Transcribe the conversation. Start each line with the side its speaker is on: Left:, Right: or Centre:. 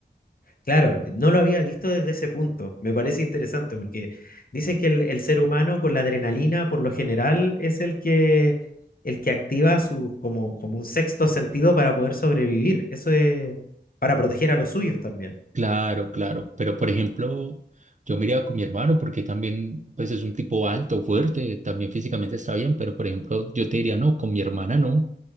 Left: Claro, no lo había visto desde ese punto. Me parece interesante porque dicen que el, el ser humano con la adrenalina por lo general es el que, el que activa su, como, como un sexto sentido para poder sobrevivir. Eso es para proteger a los suyos también.
Right: Claro, claro. Pero por ejemplo, yo me iría con mi hermano porque también pues es un tipo alto, fuerte, también físicamente está bien, pero por ejemplo yo te diría no, con mi hermana no.